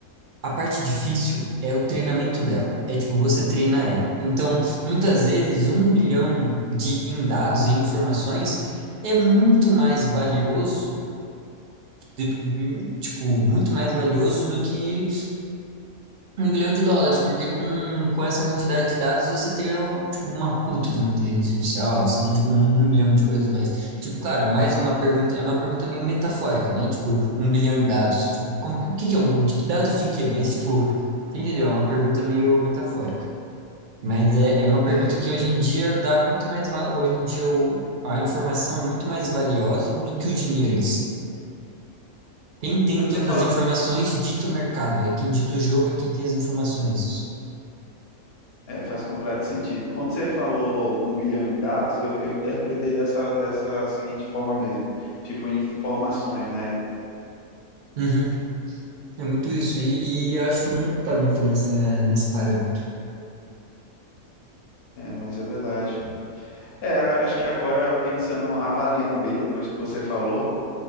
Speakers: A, on the right (about 60°); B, on the left (about 50°).
A: A parte difícil é o treinamento dela. É tipo, você treina ela. Então, muitas vezes, um bilhão de em dados e informações é muito mais valioso, de- tipo, muito mais valioso do que um bilhão de dólares, porque com, com essa quantidade de dados você teria um, tipo, uma puta de uma inteligência artificial, você tem tipo um milhão de coisas mais. Tipo, claro, é mais uma pergunta, é uma pergunta meio metafórica, né? Tipo, um bilhão em dados. Tipo, como, que- o que que é um de- dados de quê? Mas tipo, você entendeu? É uma pergunta meio metafórica. Mas é, é uma pergunta
B: É,
A: que hoje em dia dá muito mais, va- hoje em dia o, a informação é muito mais valiosa do que o dinheiro em si. Quem tem
B: quando
A: todas
B: você fala,
A: as informações dita o mercado, é quem dita o jogo, é quem tem as informações.
B: é, faz completo sentido. Quando você falou um milhão em dados, eu, eu interpretei dessa, dessa seguinte forma mesmo, tipo informações, né?
A: Uhum. É muito isso. E, e eu acho que não tá muito nessa, nesse parâmetro.
B: É, mas é verdade. É, a- acho que agora, pensando, avaliando bem depois que você falou,